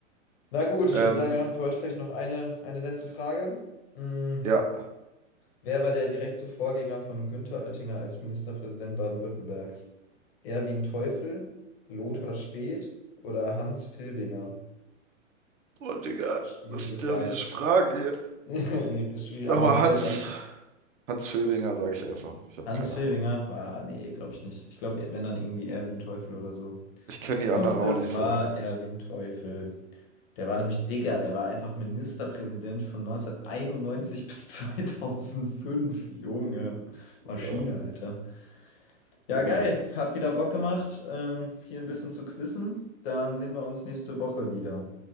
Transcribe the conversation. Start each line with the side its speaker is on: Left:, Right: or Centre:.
Left: Na gut, ich
Right: Ähm,
Left: würde sagen, wir machen für heute vielleicht noch eine, eine letzte Frage. Mm.
Right: ja.
Left: Wer war der direkte Vorgänger von Günther Oettinger als Ministerpräsident Baden-Württembergs? Erwin Teufel, Lothar Späth oder Hans Filbinger?
Right: Oh, Digga,
Left: Ah, schwierige
Right: was ist
Left: Frage.
Right: der wieder Frage hier?
Left: <laughs> Schwierig,
Right: Sag
Left: aber
Right: mal,
Left: es ist
Right: Hans.
Left: vielleicht auch nicht.
Right: Hans Filbinger, sage ich einfach. Ich habe
Left: Hans
Right: keine
Left: Filbinger?
Right: Ahnung.
Left: Ah, nee, glaube ich nicht. Ich glaube, wenn dann irgendwie Erwin Teufel oder so.
Right: Ich kenne die
Left: Und
Right: anderen
Left: es
Right: auch nicht
Left: war
Right: so.
Left: Erwin Teufel. Der war nämlich Digger, der war einfach Ministerpräsident von 1991 <laughs> bis 2005. Junge, Maschine,
Right: Ja,
Left: Alter. Ja,
Right: Junge.
Left: geil. Hat wieder Bock gemacht, ähm, hier ein bisschen zu quizzen. Dann sehen wir uns nächste Woche wieder.